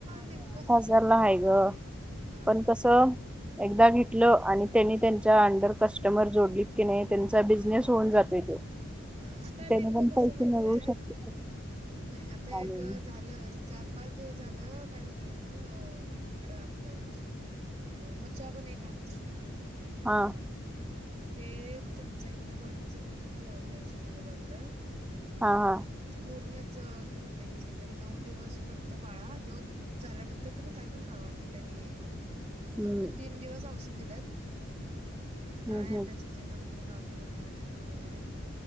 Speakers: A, on the right; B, in the centre.
A: नेमकं
B: झाला ह ग
A: हा
B: पण कस? एकदा घेतलं आणि त्यांनी त्यांच्या अंडर कस्टमर जोडलीत की नाही त्यांचा बिझनेस होऊन जातो तो
A: ह आता नेमकं
B: त्याने पण
A: कसं
B: पैसे
A: माहितीय
B: मिळवू
A: काय
B: शकते
A: नाही आता
B: आणि
A: एक झालं. चार पाच दिवस झालं काय झालंलं इकडं आपलं. अ म्चा पण एक का आमचा
B: हां.
A: ते त्यांच्या इथे ओळखीचे कोणती गावट औषध दिले डत
B: हा हा.
A: ते पूर्णच हे होते म सांगित नऊ दिवस पत्त पाळा नऊ झाल्यानंतर तुम्ही काय पण खावा. ा
B: हम्म
A: फक्त तीन दिवस औष दि हाय
B: हम्म हम्
A: आ. जेनमध्ये नॉर्मल हा आता कमी आहे.